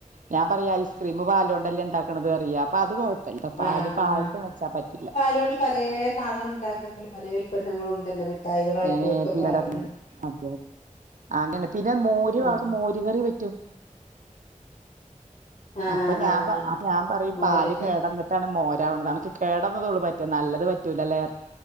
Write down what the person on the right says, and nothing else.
ഞാൻ പറയും ഐസ്ക്രീം പാലോണ്ടല്ലേ ഇണ്ടാക്ക്ണത് പറയും അപ്പൊത് കു ഴപ്പല്ല പാല്
പായസം
വെച്ചാ പറ്റില്ല
ഏഹ്
പിന്നെ
ഉണ്ടാക്കില്ലേ
അതെ അതോണ്ടന്നെ പിന്നെ മോര്
അവൾക്ക് മോര് കറി പറ്റും
അപ്പൊ
ഞാൻ
പ ഞാൻ പറയും
പാല് കേടന്നിട്ട് ട്ടാണ് മോരാവ്ണത് അണക്ക് കേടന്ന തൊള്ളൂ പറ്റാ നല്ലത് പറ്റൂലല്ലേ